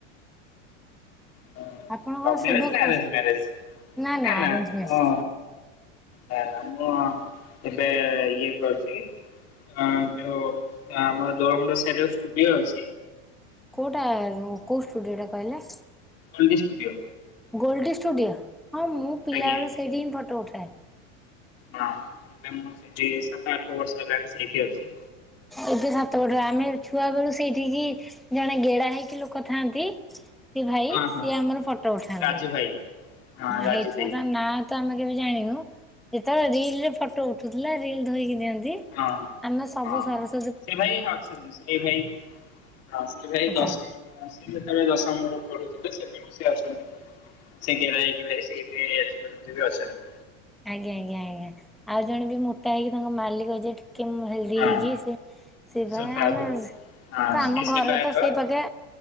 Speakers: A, on the left (about 40°); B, in the centre.
A: ଆଚ୍ଛା।
B: ଆପଣ କଣ
A: ଲଭ୍ ମ୍ୟାରେଜ
B: ସେବକ
A: ନାଁ ଆରେଞ୍ଜ ମ୍ୟାରେଜ
B: ନା ନା
A: ନାଁ ନାଁ
B: ଆରେଞ୍ଜ ମ୍ୟାରେଜ
A: ଅ ନା ନା ମୁଁ ଏବେ ଇଏ କରୁଛି। ଆ ଯୋଉ ଆମର ଦୋଳ ମୁଣ୍ଡ ସାହିରେ ଷ୍ଟୁଡିଓ ଅଛି
B: କେଉଟା କଉ ଷ୍ଟୁଡ଼ିଓ ଟା କହିଲେ?
A: Goal D studio..
B: ଗୋଲ୍ ଡିଷ୍ଟୁଡ଼ିଓ ହଁ ମୁଁ ପିଲାବେଳୁ
A: ଆଜ୍ଞା
B: ସେଇଠି ହିଁ ଫଟୋ ଉଠାଏ।
A: ହଁ ଏବେ ମୁଁ ସେଇଠି ସାତ ଆଠ ବର୍ଷ ହେଲାଣି ସେଇଠି ଅଛି।
B: ଏବେ ସାତ ପଟ ଆମେ ଛୁଆ ବେଳୁ ସେଇଠିକି ଜଣେ ଗେଡା ହେଇକି ଲୋକ ଥାଆନ୍ତି ସେ ଭାଇ
A: ହଁ
B: ସିଏ
A: ହଁ
B: ଆମର ଫଟୋ ଉଠାନ୍ତି
A: ରାଜୁ ଭାଇ।
B: ହଁ
A: ରାଜୁ
B: ହେଇଥିବ
A: ଭାଇ
B: ତା ନା ତ ଆମେ କେବେ ଜାଣିନୁ ଯେତେବେଳେ ରିଲ ରେ ଫଟୋ ଉଠୁଥିଲା ରିଲ ଧୋଇକି ଦିଅନ୍ତି।
A: ହଁ
B: ଆମେ ସବୁ
A: ହଁ।
B: ଶର
A: ସେ ଭାଇ <unintelligible> ସେଇ ଭାଇ ହ ସେ ଭାଇ
B: ଆଜ୍ଞା
A: ଦଶ ସିଏ ଯେତେବେଳେ ଦଶମରେ ପଢୁଥିଲେ ସେବେଠୁ ସିଏ ଅଛନ୍ତି। ସେ ଗେଡା ହେଇକି ଭାଇ ସେ ଏବେ ଆଜି ପର୍ଯ୍ୟନ୍ତ ବି ଅଛନ୍ତି।
B: ଆଜ୍ଞା ଆଜ୍ଞା ଆଜ୍ଞା ଆଉ ଜଣେ ବି ମୋଟା ହେଇକି ତାଙ୍କ ମାଲିକ ଯିଏ ଟିକେ ହେଇକି
A: ହଁ
B: ସେ ସେପାଇ
A: ସୁଭା ବାବୁ
B: ଆମେ ତ
A: ହଁ ସେ
B: ଆମ
A: ସେବାୟତ
B: ଘରେ ତ ସେଇ ପାଖେ